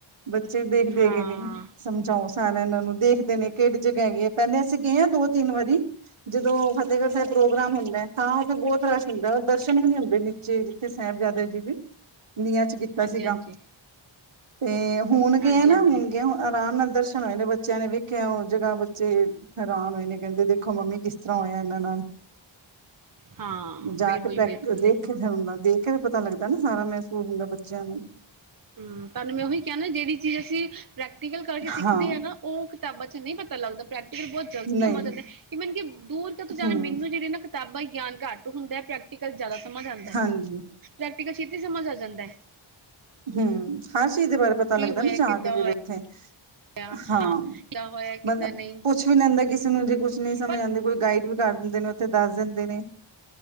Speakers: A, on the right (about 85°); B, on the right (about 45°).
A: ਬੱਚੇ ਦੇਖਦੇ
B: ਹਾਂ
A: ਹੈਗੇ ਨੇ, ਸਮਝਾਓ ਸਾਰਾ ਏਨਾਂ ਨੂੰ ਦੇਖਦੇ ਨੇ ਕੇੜੀ ਜਗ੍ਹਾ ਹੈਗੀਏ, ਪੇਲੇ ਅਸੀਂ ਗਏ ਆ ਦੋ ਤਿੰਨ ਵਾਰੀ ਜਦੋਂ ਉਹ ਜਦੋ ਓਥੇ ਪ੍ਰੋਗਰਾਮ ਹੁੰਦਾ, ਹਾ ਓਥੇ ਬੋਤ ਰਸ਼ ਹੁੰਦਾ, ਦਰਸ਼ਨ ਵੀ ਨਈ ਹੁੰਦੇ ਞਿੱਚੇ ਜਿੱਥੇ ਸਾਹਿਬਜ਼ਾਦਾ ਜੀ ਦੇ। ਨੀਆਂ ਚ ਦੀਤਾ
B: ਹਾਂਜੀ
A: ਸੀਗਾ,
B: ਹਾਂਜੀ
A: ਤੇ ਹੁਣ ਗਏ
B: ਹਾਂਜੀ
A: ਨਾ,
B: ਹਾਂਜੀ
A: ਹੁਣ ਗਏ ਆਰਾਮ ਨਾਲ ਦਰਸ਼ਨ ਹਾਂਜੀ, ਬੱਚੇਆਂ ਨੇੇ ਵੇਖੇਆ ਹੁਣ ਜਗ੍ਹਾ ਬੱਚੇ ਹੈਰਾਨ ਹੋਏ ਨੇ ਕੇਂਦੇ ਦੇਖੋ ਮੰਮੀ ਕਿਸ ਤਰ੍ਹਾਂ ਹੋਇਆ ਏਨਾਂ ਨਾਲ
B: ਹਾਂ
A: ਜਾ
B: ਬਿਲਕੁਲ
A: ਕੇ ਪ੍ਰੈਕ
B: ਬਿਲਕੁਲ
A: ਦੇਖ
B: ਦੇਖੋ
A: ਕੇ ਫੇਰ ਨਾ ਦੇਖ ਫੇਰ ਪਤਾ ਲੱਗਦਾ ਨਾ ਸਾਰਾ ਮਹਿਸੂਸ ਹੁੰਦਾ ਬੱਚੇਆਂ ਨੂੰ।
B: ਹੂੰ ਤੁਆਨੂੰ ਮੈਂ ਉਹੀ ਕੇਹਾ ਨਾ, ਜੇੜੀ ਚੀਜ਼ ਅਸੀਂ ਪ੍ਰੈਕਟੀਕਲ ਕਰਕੇ ਸਿੱਖਦੇ
A: ਹਾਂ
B: ਹਾ ਨਾ ਓ ਕਿਤਾਬਾਂ ਚ ਨਈ ਪਤਾ ਲੱਗਦਾ, ਪ੍ਰੈਕਟੀਕਲ ਬੋਤ ਜਲਦੀ
A: ਨਹੀਂ
B: ਸਮਝ ਆਂਦਾ, ਈਵਨ ਕਿ ਦੂਰ ਕਿਤੋਂ ਜਾਣਾ
A: ਹਮ
B: ਮੈਨੂੰ ਜੇੜੇ ਨਾ ਕਿਤਾਬਾਂ ਗਿਆਨ ਘੱਟ ਹੁੰਦਾ, ਹਪ੍ਰੈਕਟੀਕਲ ਜ਼ਿਆਦਾ ਸਮਝ ਆਂਦਾ,
A: ਹਾਂਜੀ
B: ਪ੍ਰੈਕਟੀਕਲ ਛੇਤੀ ਸਮਝ ਆ ਜਾਂਦਾ।
A: ਹੂੰ, ਹਰ ਚੀਜ਼ ਦੇ ਬਾਰੇ ਪਤਾ
B: ਕੀ
A: ਲੱਗਦਾ
B: ਹੋਇਆ
A: ਨਾ ਜਾ
B: ਕਿੱਦਾਂ
A: ਕੇ ਫਿਰ ਓਥੇ।
B: ਹੋਇਆ
A: ਹਾਂ
B: ਕਿੱਦਾਂ ਹੋਇਆ ਕਿੱਦਾਂ
A: ਮਤਲਬ
B: ਨਹੀਂ
A: ਪੁੱਛ ਵੀ ਲੈਂਦੇ ਕਿਸੇ ਨੂੰ ਜੇ ਕੁਛ ਨਈ ਸਮਝ
B: ਪਰ
A: ਆਂਦੀ ਕੋਈ ਗਾਈਡ ਵੀ ਕਰ ਦਿੰਦੇ ਨੇ, ਓਥੇ ਦੱਸ ਦਿੰਦੇ ਨੇ।